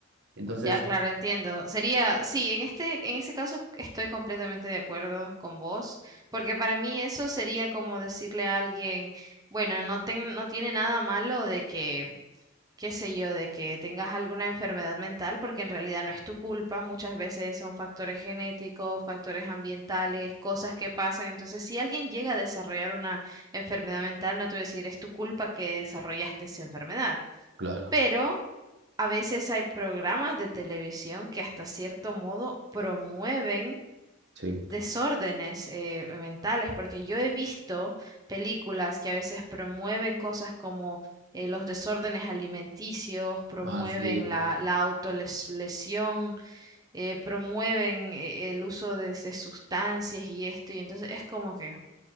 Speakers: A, on the right; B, on the right.
A: Entonces,
B: Ya, claro, entiendo. Sería, sí, en este, en ese caso estoy completamente de acuerdo con vos, porque para mí eso sería como decirle a alguien, bueno, no ten- no tiene nada malo de que qué sé yo, de que tengas alguna enfermedad mental, porque en realidad no es tu culpa, muchas veces son factores genéticos, factores ambientales, cosas que pasan. Entonces, si alguien llega a desarrollar una enfermedad mental, no te voy a decir, es tu culpa que desarrollaste esa enfermedad,
A: claro,
B: pero... A veces hay programas de televisión que hasta cierto modo promueven
A: sí.
B: desórdenes eh, mentales, porque yo he visto películas que a veces promueven cosas como eh, los desórdenes alimenticios, promueven
A: Ah, sí,
B: la, la autolesión, eh, promueven eh, el uso de, de sustancias y esto, y entonces es como que,